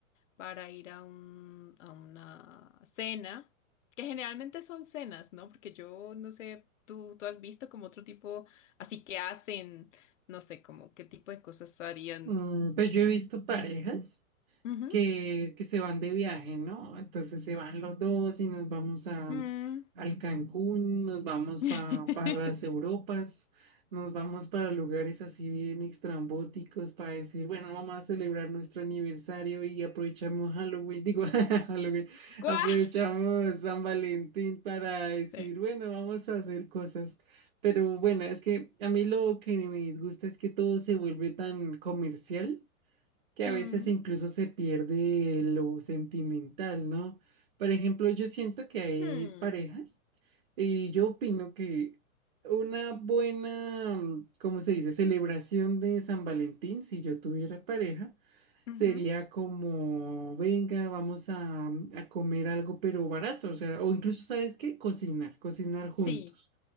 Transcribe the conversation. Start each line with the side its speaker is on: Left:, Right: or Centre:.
Left: para ir a un, a una cena, que generalmente son cenas, ¿no? Porque yo no sé, tú, tú has visto como otro tipo, así que hacen, no sé, como qué tipo de cosas harían.
Right: Mm, pues yo he visto parejas.
Left: Ujú.
Right: que, que se van de viaje, ¿no? Entonces se van los dos y nos vamos a,
Left: Mm.
Right: al Cancún, nos vamos
Left: <laughs>
Right: pa- para las Europas, nos vamos para lugares así bien extrambóticos para decir, bueno, vamos a celebrar nuestro aniversario y aprovechamos Halloween, digo, <laughs> Halloween,
Left: ¿Cuál?
Right: aprovechamos San Valentín para decir,
Left: Sí.
Right: bueno, vamos a hacer cosas. Pero bueno, es que a mí lo que me disgusta es que todo se vuelve tan comercial que a
Left: Mm.
Right: veces incluso se pierde lo sentimental, ¿no? Por ejemplo, yo siento que hay
Left: Mm.
Right: parejas y yo opino que una buena, mm, ¿cómo se dice?, celebración de San Valentín, si yo tuviera pareja,
Left: Ujú.
Right: sería como, venga, vamos a, mm, a comer algo pero barato, o sea, o incluso, ¿sabes qué? Cocinar, cocinar juntos.
Left: Sí,